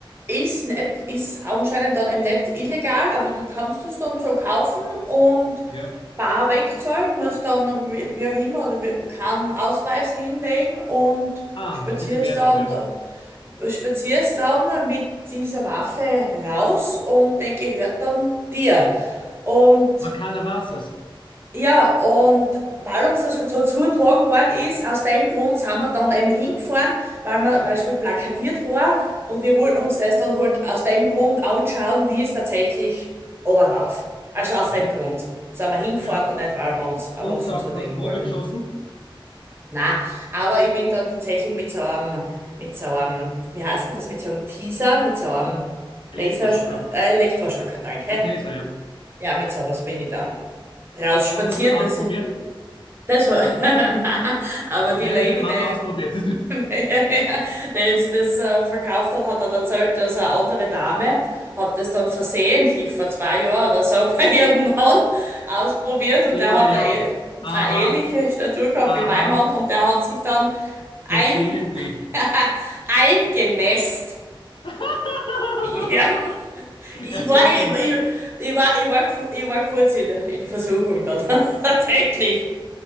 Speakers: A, on the right; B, on the left.
A: ist nicht, ist anscheinend dann eben nicht illegal, aber du kannst es dann so kaufen und
B: Ja.
A: bar wegzahlen, musst dann wie, wie auch immer oder wie, keinen Ausweis hinlegen und
B: Ah,
A: spazierst
B: ein bisschen mehr
A: dann,
B: dafür.
A: da- spazierst dann mit dieser Waffe raus und die gehört dann dir. Und
B: Aber keiner weiß es.
A: ja, und weil uns das halt so zugetragen worden ist, aus dem Grund sind wir dann eben hingefahren, weil wir, weil es halt plakatiert war und wir wollten uns das dann halt aus dem Grund anschauen, wie es tatsächlich runterläuft. Also aus
B: Ja,
A: dem Grund sind wir hingefahren
B: ja.
A: und nicht, weil wir uns eine
B: Und
A: Waffen
B: sag,
A: zulegen
B: hast Probe
A: wollten.
B: geschossen?
A: Na, aber ich bin dann tatsächlich mit so einem, mit so einem, wie heißt denn das, mit so einem Teaser, mit so einem
B: Elektroschocker.
A: Laser, äh, Elektroschocker, danke.
B: Ein Taser, ja.
A: Ja, mit sowas bin ich dann rausspaziert.
B: Und hast du das
A: Das
B: ausprobiert?
A: das, ho- <laughs> nein, aber
B: Gleich
A: die Lady,
B: an deinem Mann
A: die,
B: ausprobiert.
A: <laughs> die
B: <laughs>
A: uns das äh, verkauft hat, hat dann erzählt, dass eine andere Dame hat das dann versehentlich vor zwei Jahren oder so <laughs> bei ihrem Mann ausprobiert und
B: Ja,
A: der hat
B: ja.
A: eine, äh-
B: Aha,
A: eine ähnliche Statur gehabt
B: aha.
A: wie mein Mann und der hat sich dann ein,
B: Versehentlich.
A: <laughs> eingenässt.
B: <laughs>
A: Ja. Ich
B: Er hat
A: war,
B: sie angelogen.
A: ich, ich, ich war, ich war, ku- ich war kurz in, in Versuchung dann, <laughs> tatsächlich.